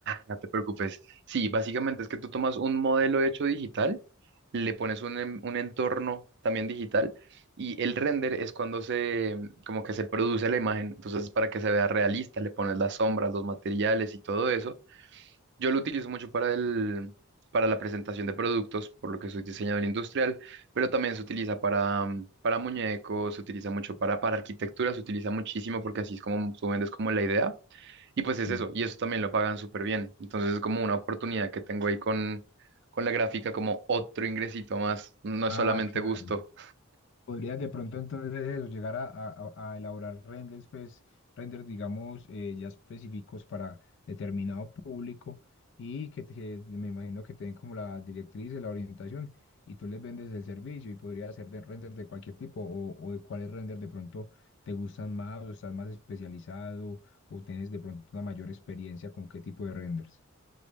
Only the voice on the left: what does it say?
Sí.
Ah,
claro.
Podrías de pronto entonces eso, llegar a, a- a a elaborar renders, pues, renders, digamos, eh, ya específicos para determinado público y que, te- que me imagino que te den como la directriz, la orientación y tú les vendes el servicio y podría hacer de renders de cualquier tipo o, o de cuáles renders de pronto te gustan más o estás más especializado o tienes de pronto una mayor experiencia con qué tipo de renders.